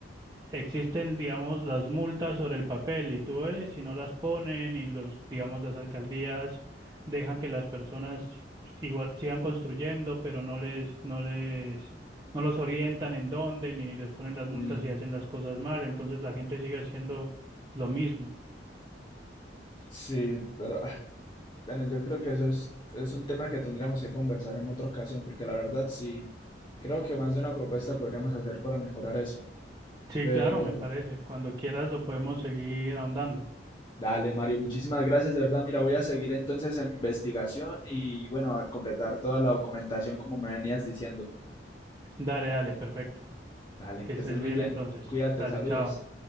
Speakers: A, on the right; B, on the left.
A: existen, digamos, las multas sobre el papel y tú ves, si no las ponen y los, digamos, las alcaldías dejan que las personas igual sigan construyendo, pero no les, no les, no los orientan en dónde ni les ponen las
B: Mm,
A: multas y hacen las cosas mal, entonces la gente sigue haciendo lo mismo.
B: sí, pero Bueno, yo creo que eso es, es un tema que tendremos que conversar en otra ocasión, porque la verdad sí, creo que más de una propuesta podríamos hacer para mejorar eso.
A: Sí,
B: Pero
A: claro, me parece. Cuando quieras lo podemos seguir ahondando.
B: dale, Mario, muchísimas gracias, de verdad. Mira, voy a seguir entonces en mi investigación y bueno, a completar toda la documentación como me venías diciendo.
A: Dale, dale, perfecto.
B: Dale,
A: Que
B: que
A: estés
B: estés muy
A: bien
B: bien.
A: entonces.
B: Cuídate,
A: Dale,
B: saludos.
A: chao.